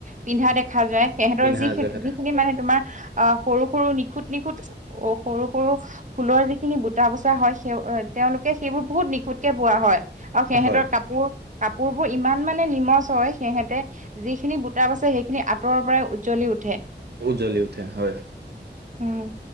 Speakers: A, on the right; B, on the right.
A: পিন্ধা দেখো। দেখা যায়। সিহঁতৰ
B: পিন্ধা
A: যিখিনি,
B: জেখেতা
A: যিখিনি মানে তোমাৰ আঁহ সৰু-সৰু নিখুত-নিখুত- সৰু-সৰু ফুলৰ যিখিনি বুটা বচা হয়, সেই তেওঁলোকে সেইবোৰ বহুত নিখুঁতকে বোৱা হয়। আৰু সিহঁতৰ
B: হয়
A: কাপোৰ কাপোৰবোৰ ইমান মানে নিমজ হয় সিহঁতে যিখিনি বুটা বাচে সেইখিনি আঁতৰৰ পৰাই উজ্জ্বলি উঠে।
B: উজ্বলি উঠে হয়।
A: উম।